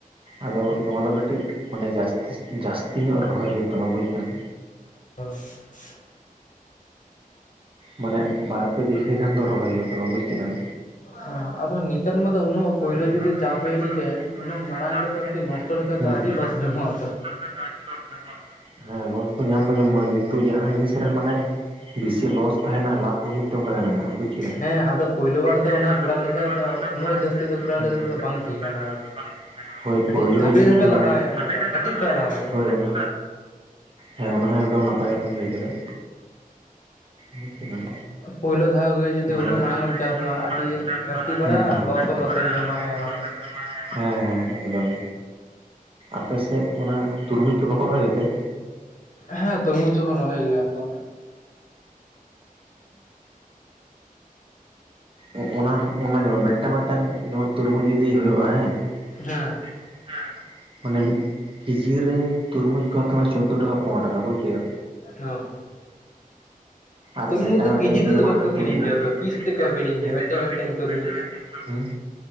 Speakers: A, on the right (about 35°); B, on the left (about 60°).
A: ᱟᱫᱚ ᱱᱚᱣᱟ ᱫᱚ ᱠᱟᱹᱴᱤᱡ ᱢᱟᱱᱮ ᱡᱟᱹᱥᱛᱤᱥ ᱡᱟᱹᱥᱛᱤ ᱧᱚᱜ ᱨᱚᱦᱚᱭ ᱦᱩᱭᱩᱜ ᱛᱟᱢᱟ, ᱵᱩᱡᱫᱟᱢ᱾
B: ᱦᱳᱭ ᱾
A: ᱢᱟᱱᱮ, ᱵᱟᱨ ᱯᱮ ᱵᱤᱜᱷᱟᱹ ᱜᱟᱱ ᱫᱚ ᱨᱚᱦᱚᱭ ᱦᱩᱭᱩᱜ ᱛᱟᱢᱟ, ᱵᱩᱡ ᱠᱮᱫᱟᱢ᱾
B: ᱦᱮᱸ ᱟᱫᱚ ᱱᱤᱛᱟᱱ ᱢᱟᱫᱚ ᱩᱱᱟᱹᱜ ᱯᱩᱭᱞᱳ
A: ᱦᱮᱸ
B: ᱡᱩᱫᱤ
A: ᱟᱫᱚ
B: ᱪᱟᱥ
A: ᱱᱤᱛᱚᱝ
B: ᱦᱳᱭᱳᱜ
A: ᱢᱟ
B: ᱞᱮᱠᱟᱱ
A: ᱫᱟᱜ ᱯᱳᱭᱞᱳ
B: ᱩᱱᱟᱹᱜ
A: ᱡᱩᱫᱤ
B: ᱢᱟᱲᱟᱝ
A: ᱪᱟᱥ
B: ᱨᱮᱛᱚ
A: ᱞᱮᱜᱮ
B: ᱠᱟᱹᱴᱤᱡ
A: ᱥᱮ
B: ᱱᱚᱥᱴᱚ ᱞᱮᱠᱷᱟᱱ
A: ᱦᱩᱸ
B: ᱫᱚ ᱟᱹᱰᱤ
A: ᱢᱟᱲᱟᱝ
B: ᱞᱚᱥ
A: ᱞᱮᱠᱟ
B: ᱧᱚᱢᱚᱜ-ᱟ
A: ᱫᱚ
B: ᱛᱚ᱾
A: <unintelligible> ᱦᱮᱸ ᱞᱚᱥ ᱫᱚ ᱧᱟᱢ ᱫᱚ ᱧᱟᱢᱚᱜᱼᱟ, ᱠᱤᱱᱛᱩ ᱡᱟᱦᱟᱸ ᱦᱤᱱᱤᱥ ᱨᱮ ᱢᱟᱱᱮ ᱵᱮᱥᱤ ᱞᱚᱥ ᱛᱟᱦᱮᱱᱟ ᱞᱟᱵᱷ ᱦᱚᱸ ᱠᱤᱱᱛᱩ ᱚᱱᱠᱟ ᱜᱮ ᱢᱮᱱᱟᱜᱼᱟ, ᱵᱩᱡ ᱠᱮᱫᱟᱢ᱾
B: ᱦᱮᱸ ᱟᱫᱚ ᱯᱳᱭᱞᱳ ᱵᱟᱨ ᱫᱚ
A: ᱦᱮᱸ
B: ᱚᱱᱟ
A: ᱟᱫᱚ
B: ᱠᱚᱨᱟᱣ
A: ᱯᱳᱭᱞᱳ
B: ᱞᱮᱠᱷᱟᱡ ᱫᱚ
A: <unintelligible>
B: ᱩᱱᱟᱹᱜ ᱡᱟᱹᱥᱛᱤ ᱫᱚ ᱠᱚᱨᱟᱣ ᱞᱮᱠᱷᱟᱡ ᱫᱚ ᱵᱟᱝ ᱴᱷᱤᱠᱟ ᱚᱱᱟ ᱫᱚ
A: ᱦᱳᱭ
B: ᱠᱟᱹᱴᱤᱡ
A: ᱯᱳᱭᱞᱳ
B: ᱫᱷᱟᱯᱮ
A: ᱡᱩᱫᱤᱢ
B: ᱫᱷᱟᱯᱮ
A: ᱠᱚᱨᱟᱣᱟ
B: ᱞᱟᱦᱟ ᱦᱩᱭᱩᱜᱼᱟ
A: <unintelligible>
B: ᱚᱱᱟ ᱫᱚ ᱠᱟᱹᱴᱤᱡ ᱠᱷᱚᱡ ᱞᱟᱦᱟ ᱦᱩᱭᱩᱜᱼᱟ
A: ᱦᱳᱭ ᱚᱱᱟ ᱦᱮᱸ ᱚᱱᱟ ᱦᱚᱸ ᱮᱠᱫᱚᱢ ᱱᱟᱯᱟᱭ ᱠᱟᱛᱷᱟᱢ ᱞᱟᱹᱭ ᱠᱮᱫᱟ᱾ ᱵᱩᱡᱽ ᱠᱮᱫᱟᱢ
B: ᱯᱳᱭᱞᱳ ᱫᱷᱟᱣ ᱜᱮ ᱡᱩᱫᱤ
A: ᱯᱳᱭᱞᱳ
B: ᱩᱱᱟᱹᱜ ᱢᱟᱲᱟᱝ
A: ᱫᱷᱟᱣ ᱜᱮ
B: ᱮᱢ ᱪᱟᱥᱟ
A: ᱡᱩᱫᱤ ᱩᱱᱟᱹᱜ
B: ᱟᱹᱰᱤ
A: ᱢᱟᱲᱟᱝ ᱮᱢ ᱪᱟᱥᱟ
B: ᱜᱷᱟᱴᱛᱤ
A: ᱟᱨ
B: ᱯᱟᱨᱟᱼᱟ
A: ᱡᱩᱫᱤ
B: ᱞᱚᱥ
A: ᱡᱟᱹᱥᱛᱤ
B: ᱞᱚᱥᱮᱢ
A: ᱠᱚᱨᱟᱣᱟ
B: ᱡᱚᱢᱟ
A: ᱞᱚᱥ
B: ᱟᱭᱢᱟ
A: ᱦᱚᱸ ᱞᱚᱥᱮᱢ
B: ᱜᱟᱱ᱾
A: ᱦᱮᱸ ᱦᱮᱸ ᱮᱠᱫᱚᱢ, ᱟᱯᱮ ᱥᱮᱫ ᱚᱱᱟ ᱛᱩᱨᱢᱩᱡᱽ ᱠᱚ ᱵᱟᱠᱚ ᱨᱚᱦᱚᱭ ᱜᱮᱛᱮ?
B: ᱦᱮᱸ ᱛᱩᱨᱢᱩᱡᱽ ᱫᱚ ᱠᱚ ᱨᱚᱦᱚᱭ ᱜᱮᱭᱟ ᱛᱚ᱾
A: ᱚᱻ ᱚᱱᱟ ᱦᱚᱸ ᱚᱱᱟ ᱡᱮᱢᱚᱱ ᱢᱮᱫ ᱢᱤᱫᱴᱟᱝ ᱢᱤᱫᱴᱟᱝ ᱡᱮᱢᱚᱱ ᱛᱩᱨᱢᱩᱡ ᱡᱩᱫᱤ ᱦᱩᱭᱩᱜ-ᱟ ᱦᱮᱸ᱾
B: ᱦᱮᱸ᱾
A: ᱦᱮᱸ᱾ ᱢᱟᱱᱮ ᱠᱮᱡᱤ ᱨᱮ ᱛᱩᱨᱢᱩᱡᱽ ᱠᱚ ᱦᱟᱛᱟᱣᱟ ᱪᱳᱫᱫᱳ ᱴᱟᱠᱟ ᱯᱚᱱᱮᱨᱚ ᱴᱟᱠᱟ ᱵᱩᱡᱽ ᱠᱮᱫᱟᱢ᱾
B: ᱦᱚᱸ᱾
A: ᱟᱨ
B: ᱛᱩᱨᱢᱩᱡᱽ
A: ᱢᱤᱫᱴᱟᱝ
B: ᱫᱚ
A: ᱢᱤᱫᱴᱟᱝ
B: ᱠᱮᱡᱤ
A: ᱡᱩᱫᱤ
B: ᱛᱮᱫᱚ
A: ᱟᱢᱟᱜ
B: ᱵᱟᱠᱚ ᱟᱹᱠᱷᱲᱤᱧ
A: ᱛᱩᱨᱢᱩᱡᱽ
B: ᱜᱮᱭᱟ ᱛᱚ ᱯᱤᱥ ᱛᱮᱠᱚ ᱟᱹᱷᱨᱤᱤᱧ
A: ᱦᱮᱸ
B: ᱜᱮᱭᱟ ᱢᱤᱫᱮᱱ ᱢᱤᱫᱴᱮᱱ ᱛᱩᱨᱢᱩᱡᱽ᱾
A: ᱦᱩᱸ